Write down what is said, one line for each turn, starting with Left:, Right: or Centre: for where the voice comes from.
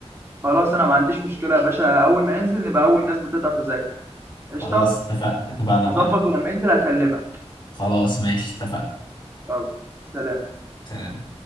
Right: خلاص انا ما عنديش مشكله يا باشا اول ما ينزل نبقى اول ناس بتقطع تذاكر قشطه
Left: خلاص اتفقنا اتفقنا يا
Right: اظبط
Left: معلم
Right: ولما ينزل هكلمك
Left: خلاص ماشي اتفقنا
Right: يلا سلام
Left: سلام